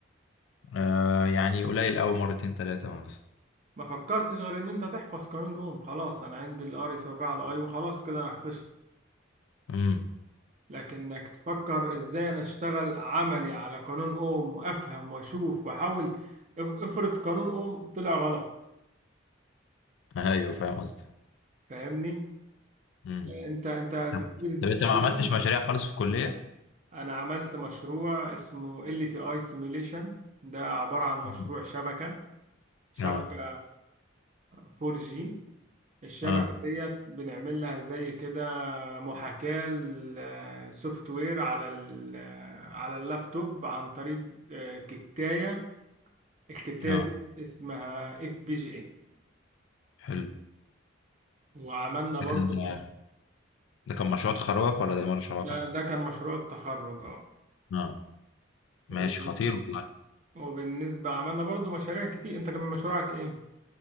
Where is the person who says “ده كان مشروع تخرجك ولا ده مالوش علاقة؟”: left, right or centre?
Left